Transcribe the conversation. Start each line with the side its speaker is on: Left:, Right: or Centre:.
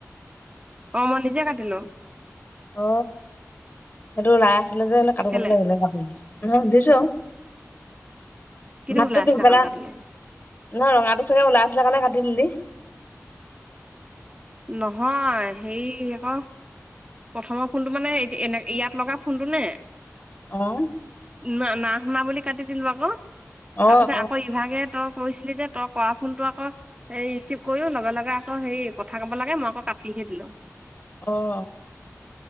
Right: অ', মই নিজে কাটিলোঁ।
Left: অ', সেইটো ওলাই আছিলে যে <unintelligible> কটো
Right: কেলে
Left: লাগিলে, <unintelligible> অ' সুধিছো।
Right: কিটো
Left: মাতটো
Right: ওলাই আছিলে
Left: পিছবেলা
Right: কাটো কাটো লাগি
Left: নহ ৰঙাটো চাগে ওলাই আছিলে কাৰণে কাটি দিলি।
Right: নহয় হেৰি আকৌ প্ৰথমৰ ফোনটো মানে এনে <unintelligible> ইয়াত লগা ফোনটো নে?
Left: অ'।
Right: না-না শুনা বুলি কাটি দিলো আকৌ,
Left: অ
Right: তাৰপিছতে
Left: অ
Right: আকৌ ইভাগে তই কৈছিলি যে তই কৰা ফোনটো আকৌ, হেৰি ৰিচিভ কৰিও লগে লগে আকৌ হেৰি কথা কব লাগে মই আকৌ কাটিহে দিলো।
Left: অ'।